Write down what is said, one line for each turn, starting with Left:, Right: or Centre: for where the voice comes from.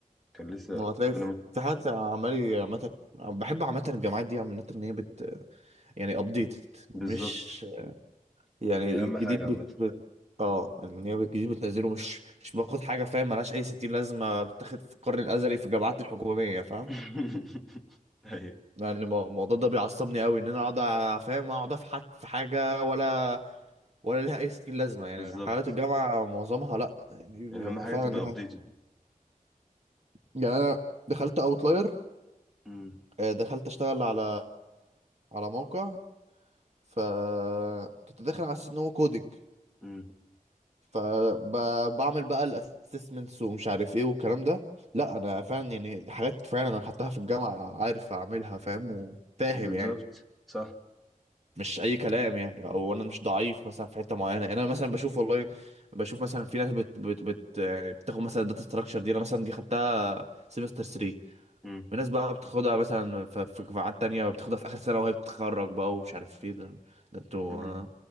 Centre: كان لسه
Right: هو هتلاقي
Centre: فانا
Right: في
Centre: مت-
Right: في حد عمال عامة بحب عامة الجامعات دي عامة ان هي بت يعني ابديتد مش
Centre: بالظبط
Right: يعني
Centre: دي
Right: الجديد
Centre: اهم حاجه عامه
Right: بت, بت... اه يعني ان هي الجديد بتنزله مش مش باخد حاجة فاهم ملهاش اي ستين لازمة بتاخد في القرن الازلي في الجامعات الحكومية فاهم
Centre: <laughs> ايوه
Right: يعني المو- الموضوع ده بيعصبني قوي ان انا اقعد أ- فاهم اقعد افحت في حاجة ولا ولا ليها اي ستين لازمة يعني
Centre: بالظبط
Right: حالات الجامعة معظمها لا يعني
Centre: اهم حاجه
Right: فعلا
Centre: تبقى ابديتد
Right: يعني انا دخلت اوتلاير
Centre: امم
Right: دخلت اشتغل على على موقع فكنت داخل على اساس ان هو كودنج
Centre: امم
Right: فبعمل بقى الاسسمنتس ومش عارف ايه والكلام ده لا انا فعلا يعني حاجات فعلا انا خدتها في الجامعه عارف اعملها فاهم وفاهم
Centre: بالظبط
Right: يعني
Centre: صح
Right: مش اي كلام يعني او انا مش ضعيف مثلا في حته معينه يعني انا مثلا بشوف والله بشوف مثلا في ناس بت بت بت يعني بتاخد مثلا الداتا ستراكشر دي انا مثلا دي خدتها سيمستر 3
Centre: امم
Right: في ناس بقى بتاخدها مثلا ف- في قاعات تانية بتاخدها في آخر سنة وهي بتتخرج بقى ومش عارف ايه ده ده انتوا
Centre: امم